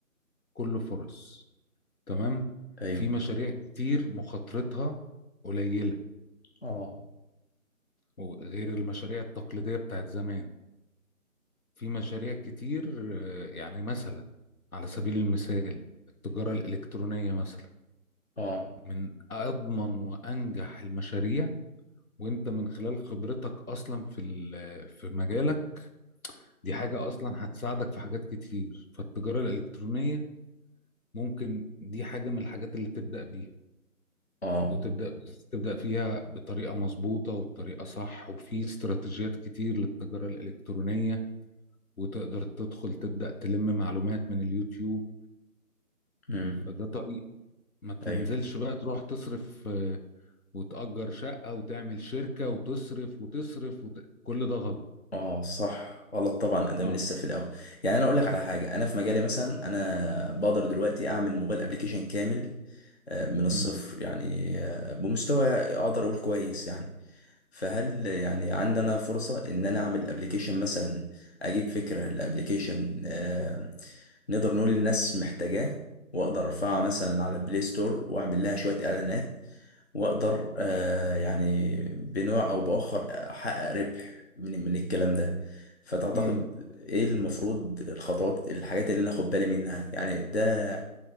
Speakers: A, on the left; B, on the left.
A: كله فرص تمام
B: ايوه
A: في مشاريع كتير مخاطرتها قليلة
B: اه
A: وغير المشاريع التقليدية بتاعت زمان في مشاريع كتير آه، يعني مثلا على سبيل المثال التجارة الإلكترونية مثلا
B: اه
A: من أضمن وأنجح المشاريع وانت من خلال خبرتك اصلا في ال- في مجالك دي حاجة اصلا هتساعدك في حاجات كتير فالتجارة الإلكترونية ممكن دي حاجة من الحاجات اللي تبدأ بيها
B: اه
A: وتبدأ بس تبدأ فيها بطريقة مظبوطة وبطريقة صح وفي استراتيجيات كتير للتجارة الإلكترونية وتقدر تدخل تبدأ تلم معلومات من اليوتيوب
B: امم
A: فده طريق ما تنزلش
B: ايوه
A: بقى تروح تصرف آه، وتأجر شقة وتعمل شركة وتصرف وتصرف وت... كل ده غلط
B: اه صح غلط طبعا ادام
A: اه
B: لسه في الاول يعني انا اقول لك على حاجة انا في مجالي مثلا انا بقدر دلوقتي اعمل موبايل ابليكيشن كامل آه، من الصفر
A: امم
B: يعني آه، بمستوى اقدر اقول كويس يعني فهل يعني عندنا فرصة إن أنا أعمل أبليكيشن مثلا أجيب فكرة لأبليكيشن آه، نقدر نقول الناس محتاجاه وأقدر أرفعها مثلا على البلاي ستور وأعمل لها شوية إعلانات وأقدر آه، يعني بنوع أو بآخر أحقق ربح من من الكلام ده فتعتقد
A: امم
B: إيه المفروض الخطوات الحاجات اللي أنا آخد بالي منها يعني ده